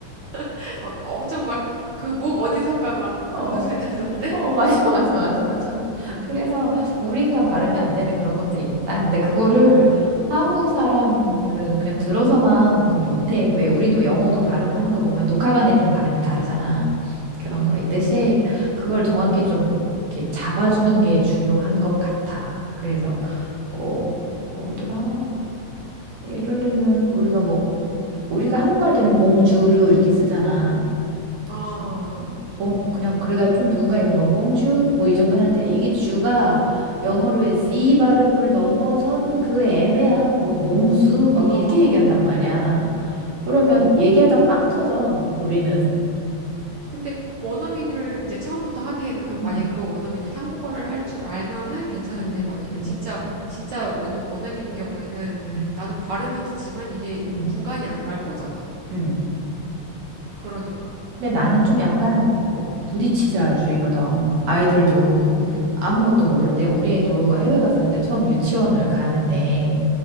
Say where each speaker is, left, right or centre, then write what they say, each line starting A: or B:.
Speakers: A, on the right; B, on the right.
A: <laughs> 막 엄청 막 그 목 어디선가 막 긁는
B: 어.
A: 소리 나던데?
B: 어, 맞아, <laughs> 맞아, 맞아, 맞아.
A: 음,
B: 그래서 우리가 발음이 안 되는 그런 것들이 있다. 근데 그거를 한국 사람들은 그냥 들어서만 그 못해. 왜 우리도 영어도 발음하는 거 보면 독학한 애들은 발음이 다르잖아. 그런
A: 음,
B: 거 있듯이 그걸 정확히 좀 이렇게 잡아주는 게 중요한 것 같아. 그래서 어,
A: 어.
B: 뭐더라? 예를 들면 우리가 뭐 우리가 한국말 때는 봉주르 이렇게 쓰잖아.
A: 어,
B: 그래서 봉 그냥 그러다 좀 누군가에게 뭐 봉주 뭐 이 정도 하는데 이게 주가
A: 어,
B: 영어로 의 Z 발음을 넘어선 그 애매한 뭐 몽주 막
A: 어,
B: 이렇게 얘기한단
A: 그래,
B: 말이야.
A: 그래, 그래, 그래.
B: 그러면
A: 어.
B: 얘기하다 빵 터져 우리는.
A: 근데 원어민을 이제 처음부터 하기에는 그 만약에
B: 음,
A: 그 원어민이 한국어를 할 줄 알면은 괜찮은데
B: 음,
A: 만약에
B: 음,
A: 진짜 진짜 원, 원어민인 경우에는
B: 음,
A: 나는 발음은 듣지만 이게
B: 음,
A: 분간이 안 갈 거잖아.
B: 음.
A: 그러니까.
B: 근데 나는 좀 약간 뭐 부딪히자 주의거든. 아이들도
A: 음.
B: 아무것도
A: 음.
B: 모를 때 우리 애도 해외 가서 이제 처음 유치원을 가는데